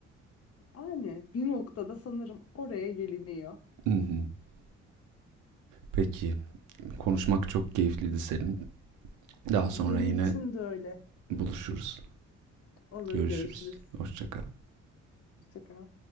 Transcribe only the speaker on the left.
Yani bir noktada sanırım oraya geliniyor.
Benim
için de öyle.
Olur
görüşürüz.
Hoşça kal.